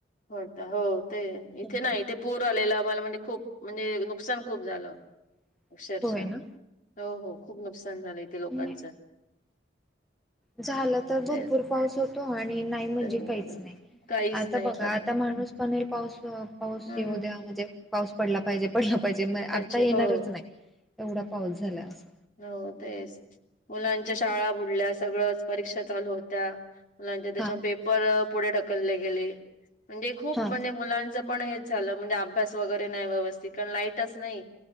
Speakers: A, on the left; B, in the centre.
A: होता हो ते इथे
B: हा.
A: नाही इथे पूर आलेला आम्हाला म्हणजे खूप म्हणजे नुकसान खूप झालं
B: <inaudible>
A: अक्षरशः
B: ना
A: हो हो खूप नुकसान झालं इथे लोकांचं
B: नाही झालं तर भरपूर
A: ते
B: पाऊस होतो आणि नाही म्हणजे
A: तर
B: काहीच नाही
A: काहीच
B: आता
A: नाही
B: बघ
A: खरं
B: घा आता माणूस म्हणेल पाऊस पाऊस
A: हम्म
B: येऊ द्या म्हणजे पाऊस पडला पाहिजे पडला पाहिजे मग
A: पाहिजे
B: आता येणारच
A: हो
B: नाही एवढा पाऊस झाला अस.
A: हो तेच मुलांच्या शाळा बुडल्या सगळच परीक्षा चालू होत्या मु त्याच्या
B: हा
A: पेपर पुढे ढकलले गेले म्हणजे खूप
B: हा
A: म्हणजे मुलां ते पण हेच झालं म्हणजे अभ्यास वगैरे नाही व्यवस्थित कारण लाईटच नाही